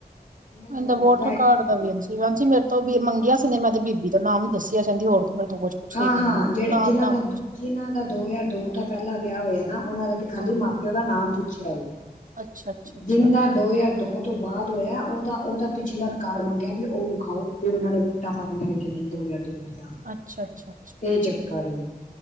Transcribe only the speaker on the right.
ਇਹਦਾ ਵੋਟਰ
ਕਾਰਡ ਹਾਂਜੀ। ਮੇਰੇ ਤੋਂ ਮੰਗਿਆ ਸੀ ਮੈਂ ਤੇ ਬੀਬੀ ਦਾ ਨਾਮ ਦਸਿਆ ਕਹਿੰਦੀ ਹੋਰ ਤੇ ਮੇਰੇ ਤੋ ਕੁਛ ਪੁੱਛਿਆ
ਹੀ ਕੋਈ
ਨੀ
ਨਾਮ
ਨਾਮ
ਹਾਂ
ਅੱਛਾ ਅੱਛਾ ਅੱਛਾ
ਅਛਾ- ਅਛਾ